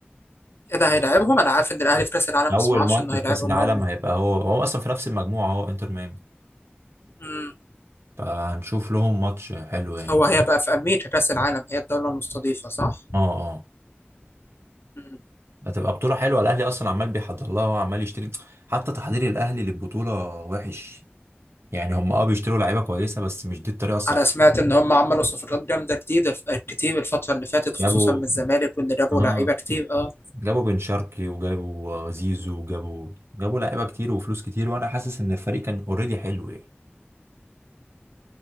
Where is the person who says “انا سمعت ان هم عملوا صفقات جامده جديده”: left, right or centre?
Left